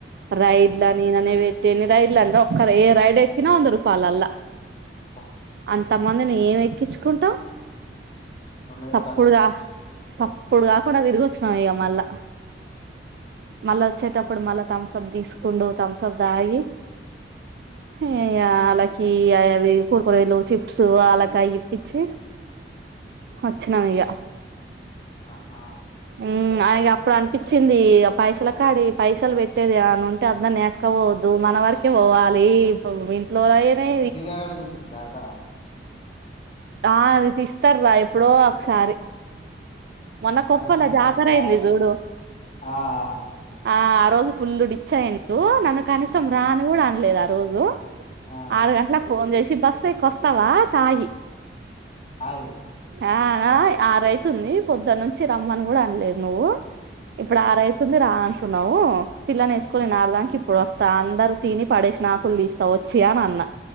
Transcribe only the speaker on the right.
లైట్ల
ని ఈయననే పెట్టిండు. ఎన్ని రైడ్ అన్న ఏ ఒక్క ఏ రైడ్ ఎక్కినా వంద రూపాయలల్లా
అంతమందిని ఏం ఎక్కించుకుంటాం
సప్పుడుగా
సప్పుడు కాకుండా తిరిగిొ చ్చినామ్ ఇక మళ్ళా మళ్ళా వచ్చేటప్పుడు మళ్ళా థమ్స అప్ తీసుకుండు థమ్సప్ తాగి అయయా ఆలకి అయవి కుర్కురేలు, చిప్సు ఆలకయి చ్ వచ్చినాం ఇక
మ్ అప్పుడు అనిపించింది పైసల కాడ పైసలు పెట్టేది ఏమన్నా ఉంటే అందరిని ఏసుకుపోవద్దు. మన వరకే పోవాలి ఇంట్లో అయినే
ఆ అది తీస్తరు రా ఎప్పుడో ఒకసారి. మొన్న కొప్పల
జాతర అయింది
చూడు.
ఆ ఆ రోజు ఫుల్ డిచ్అయిన్రు నన్ను కనీసం
రాని కూడా అనలేదు ఆ రోజు.
ఆరు గంటలకు ఫోన్ చేసి బస్ ఎక్కి వస్తావా తాగి
ఆ అవున ఆరు అయ్యింది. పొద్దున్న నుంచి రమ్మని కూడా అనలేదు నువ్వు ఇప్పుడు
ఆరైతుంది రా పిలుస్తున్నావు పిల్లని వేసుకొని ఆరుగంటలకు ఇప్పుడు వస్తా అందరూ తిని పడేసిన ఆకులు తీస్తా వచ్చి అని అన్నా. అ